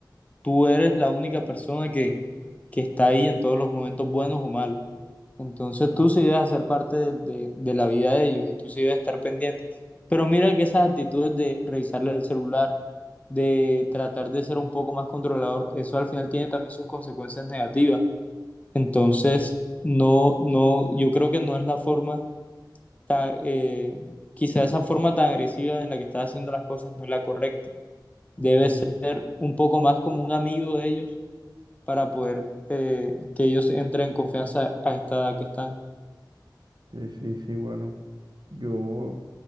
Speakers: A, on the left (about 20°); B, on the right (about 65°).
A: tú eres la única persona que, que está ahí en todos los momentos buenos o malos. Entonces tú sí debes hacer parte de, de- de la vida de ellos y tú sí debes estar pendiente. Pero mira que esas actitudes de revisarle el celular, de tratar de ser un poco más controlador, eso al final tiene también sus consecuencias negativas. Entonces, no, no, yo creo que no es la forma ta- eh, quizá esa forma tan agresiva en la que estás haciendo las cosas no es la correcta. Debes
B: Mm,
A: ser un poco más como un amigo de ellos para poder eh, que ellos entren en confianza a esta edad que están.
B: sí, sí, sí, bueno, yo,